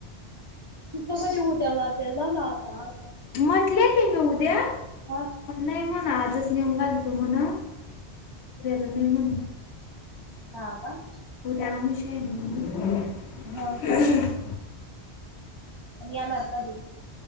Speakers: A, on the right; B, on the left.
A: <unintelligible> उद्या जाते जा ना आता जा.
B: म्हटले तिन उद्या?
A: हा <unintelligible>
B: नाई म्हणा आजच नेऊन घालतो म्हणा उद्याला नाई म्हण.
A: हा का.
B: हो त्याला मुशय <unintelligible>
A: हा येणार कधी?